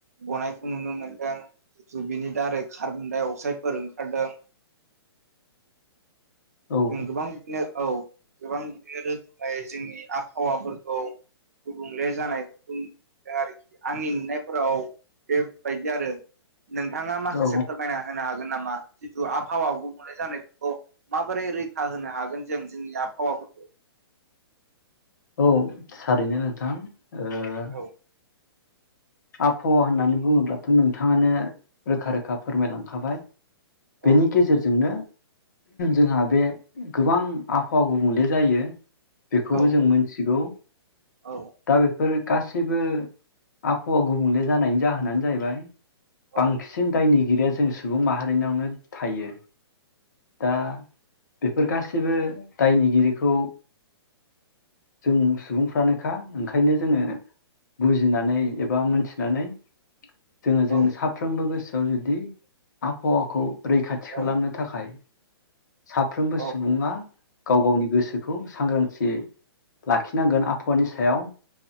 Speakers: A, on the right (about 35°); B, on the left (about 45°).
A: गनायखौ नुनो मोनदों जिथु बेनि दारै खार्बन डाइ अक्साइदफोर ओंखारदों।
B: औ
A: जों गोबां बिदिनो औ गोबां बिदिनो रोखोमै जोंनि आबहावाफोरखौ गुबुंले जानायखौ नुबोदों आरोखि आंनि नुनायफोराव बेबायदि आरो नोंथाङा माखासे
B: औ
A: फोरमायना होनो हा गोन नामा? जिथु आभावा गुबुंले जानायफोरखौ माबोरै रैखा होनो हागोन जों जोंनि आबहावाफोरखौ?
B: औ थारैनो नोंथां। ओ
A: औ
B: आबहावा होननानै बुङोब्लाथ' नोंथाङानो रोखा रोखा फोरमायलांखाबाय। बेनि
A: औ
B: गेजेरजोंनो जोंहा बे गोबां आबहावा गुबुंले जायो। बेखौबो
A: औ
B: जों मोनथिगौ
A: औ
B: दा बेफोर गासैबो आब हावा गुबुंले जानायनि जाहोनानो जाहैबाय
A: औ
B: बांसिन दायनिगिरि बे जों सुबुं माहारिनावनो थायो। दा बेफोर गासैबो दायनिगिरिखौ जों सुबुंफ्रानोखा ओंखायनो जोङो बुजिनानै एबा मोनथिनानै जोङो जों
A: औ
B: साफ्रोमबो गोसो खौ जुदि आबहावाखौ रैखाथि खालामनो
A: औ
B: थाखाय साफ्रोमबो
A: औ
B: सुबुङा गाव गावनि गोसोखौ सांग्रांथियै लाखिनांगोन आबहावानि सायाव।